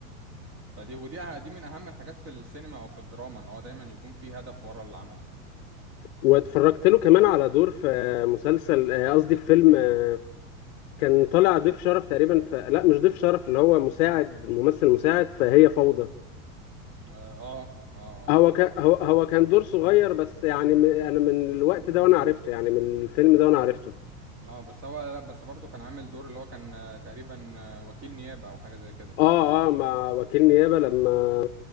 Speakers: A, on the right; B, on the left.
A: فدي ودي أه- دي من اهم الحاجات في السينما او في الدراما ان هو دايما يكون في هدف ورا العمل
B: واتفرجت له كمان على دور في آه، مسلسل آه، قصدي في فيلم آه، كان طالع ضيف شرف تقريبا ف... لا مش ضيف شرف اللي هو مساعد ممثل مساعد فهي فوضى
A: اه اه اه
B: هو
A: آه.
B: ك... هو هو كان دور صغير بس يعني م... انا من الوقت ده وانا عرفته يعني من الفيلم ده وانا عرفته
A: اه بس هو لا بس برضه كان عامل دور اللي هو كان آه، تقريبا آه، وكيل نيابة او حاجة زي كده
B: اه
A: <laughs>
B: اه مع وكيل نيابة لما